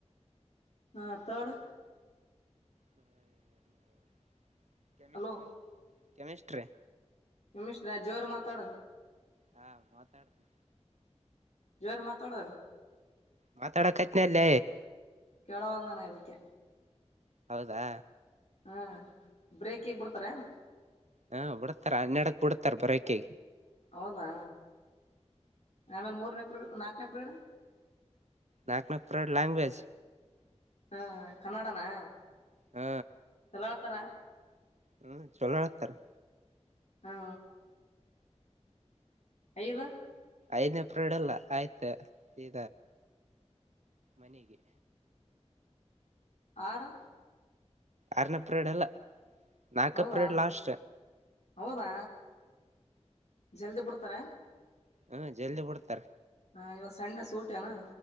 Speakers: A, on the left; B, on the right.
A: ಹಾ ಥರ್ಡ್
B: ಹಲ್ಲ ಆ ಕೆಮಿಸ್ಟ್ರಿ
A: ಹಲೋ
B: ಕೆಮಿಸ್ಟ್ರಿ.
A: ನಿಮಿಷ್ಟ್ರಾ ಜೋರ ಮಾತಾಡ.
B: ಹಾ ಮಾತಾಡ್ತ.
A: ಜವರ ಮಾತಡ.
B: ಮಾತಾಡ ಕತ್ನಾಲ್ಲೇ
A: ಕೆಲವಳದ ನನಿಗೆ ಅದಿಕೆ
B: ಹೌದಾ
A: ಹ್ಮ ಬ್ರೇಕಗ್ ಬಿಡ್ತಾರ ಏನ್
B: ಹಾ ಬಿಡ್ತಾರ ಹನ್ನಡಕ್ ಬಿಡ್ತಾರ ಬರಕೆ
A: ಹೌದಾ ಆಮೇಲೆ ಮೂರನೇ ನಾಕನ ಪಿರೇಡ್
B: ನಾಕ್ನ ಪಿರೇಡ್ ಲಾಂಗವೇಜ್
A: ಹಾ ಕನ್ನಡನಾ
B: ಹ್ಮ.
A: ಬಳತರ.
B: ಹ್ಮ ಚಲೋ ಆಕ್ತಾರ.
A: ಹಾ. ಯವ.
B: ಐದನಪಡಲ್ಲ ಆಯ್ತ ಈ ಮನೆಗೆ.
A: ಆರು.
B: ಆರನಪ್ರೇಡಲ್ಲ. ನಾಕಪ್ರ
A: ಹೌದಾ
B: ಲಾಸ್.
A: ಹೌದಾ. ಎಲ್ದಿ ಬಿಡ್ತಾರ.
B: ಹ್ಮ ಜಲ್ದಿ ಬಿಡ್ತಾರ.
A: ಹಾ ಇವನ್ ಸಣ್ಣ ಸೂಟಏನಾ